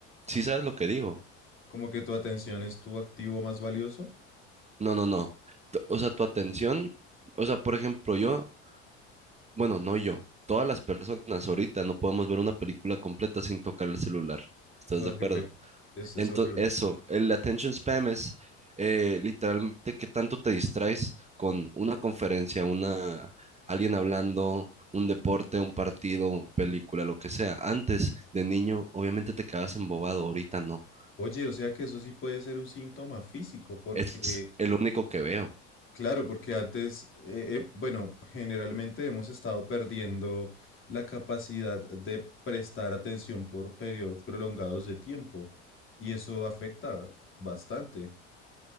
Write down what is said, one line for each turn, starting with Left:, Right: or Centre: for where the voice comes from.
Right: sí sabes lo que digo.
Left: Como que tu atención es tu activo más valioso.
Right: No, no, no. T- O sea, tu atención, o sea, por ejemplo, yo, bueno, no yo, todas las personas ahorita no podemos ver una película completa sin tocar el celular. ¿Estás
Left: Es horrible.
Right: de acuerdo?
Left: Es, es
Right: Entonces,
Left: horrible.
Right: eso, el attention spam es eh, literalmente qué tanto te distraes con una conferencia, una, alguien hablando, un deporte, un partido, una película, lo que sea. Antes de niño, obviamente te quedabas embobado, ahorita no.
Left: Oye, o sea que eso sí puede ser un síntoma físico, porque,
Right: Es el único que veo.
Left: claro, porque antes, eh, eh, bueno, generalmente hemos estado perdiendo la capacidad de prestar atención por periodos prolongados de tiempo, y eso afecta bastante,